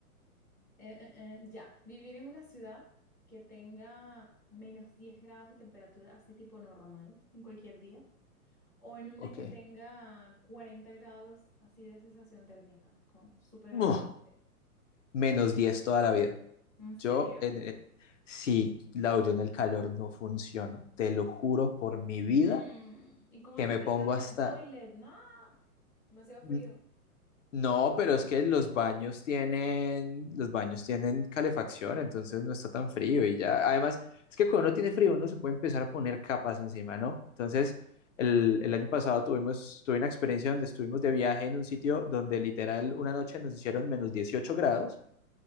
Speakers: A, in the centre; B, on the left.
A: eh, eh, eh, ya, vivir en una ciudad que tenga menos 10 grados de temperatura, así tipo normal, en cualquier día? ¿O en una
B: Ok.
A: que tenga 40 grados, así de sensación térmica, con súper
B: Uf,
A: afocante?
B: menos 10 toda la vida.
A: ¿En serio?
B: Yo, en, eh, sí, Lau, yo en el calor no funciono. Te lo juro por mi vida
A: Mm, ¿y cómo
B: que
A: te
B: me
A: sientas
B: pongo
A: en
B: hasta...
A: el toilet? No, demasiado
B: N-
A: frío.
B: No, pero es que los baños tienen, los baños tienen calefacción, entonces no está tan frío y ya. Además, es que cuando uno tiene frío, uno se puede empezar a poner capas encima, ¿no? Entonces, el, el año pasado tuvimos, tuve una experiencia donde estuvimos de viaje en un sitio donde literal una noche nos hicieron menos 18 grados